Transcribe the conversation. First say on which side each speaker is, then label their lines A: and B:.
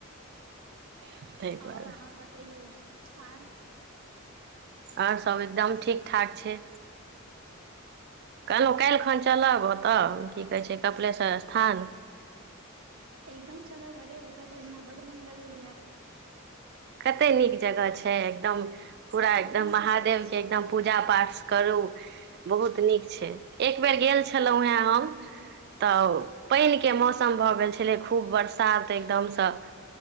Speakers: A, on the right; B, on the right.
A: ताहि दुआरे
B: आओर अहाँ बतैयौ आर
A: आओर सभ एकदम ठीक ठाक छै कहलहुँ काल्हि खन चलब ओतऽ की कहै छै कपिलेश्वर स्थान
B: एकदम चलऽ अरे होत तऽ हमरा ब् मन लगैय
A: कते नीक जगह छै एकदम पूरा
B: बहुत
A: एकदम
B: नीक
A: महादेव
B: जगह छै
A: के एकदम पूजा पाठ करू बहुत नीक एक बेर गेल छ खेलहुॅं हेँ हम
B: हूं
A: तऽ पहिल के मौसम भऽ गेल छले खूब वर्षा सात एकदमसँ